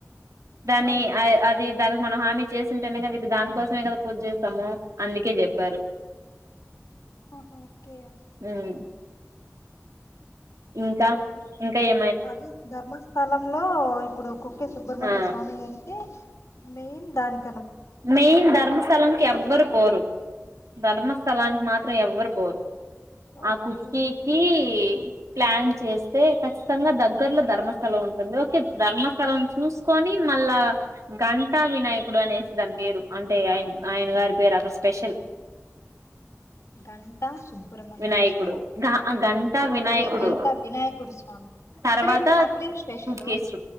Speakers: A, on the right (about 85°); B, on the left (about 70°).
A: దాని
B: అవును
A: అది దానికి మనం హామీ చేసింటేనే కదా ఇప్పుడు దానికోసమే కదా పూజ చేస్తాము అందుకే చెప్పారు
B: ఆహ ఓకే
A: హ్మ్ ఇంకా ఇంకా ఏ
B: అదే ధర్మస్థలంలో ఇప్పుడు కుక్కె సుబ్ర్మణ్య
A: ఆ
B: స్వామి అంటే మెయిన్ దానికి
A: మెయిన్ ధర్మస్థలాంనికి ఎవరు పోరు ధర్మస్థలానికి మాత్రం ఎవ్వరు పోరు
B: ఓకే
A: ఆ కుర్తికి ప్లాన్ చేస్తే ఖచ్చితంగా దగ్గర్లో ధర్మస్థలం ఉంటుంది ఓకే ధర్మస్థలం చూసుకొని మళ్ళా గంటా వినాయకుడు అనేసి దాని పేరు అంటే ఆయ ఆయన గారి పేరు అక్కడ స్పెషల్
B: గంటా సుబ్రమణ్యం
A: వినాయకుడు
B: స్వామి
A: గ గంటా వినాయకుడు
B: అ గంటా వినాయకుడు స్వామి
A: తర్వాత
B: అక్కడేమి అక్కడేమి స్పెషల్
A: కుక్కేస్ర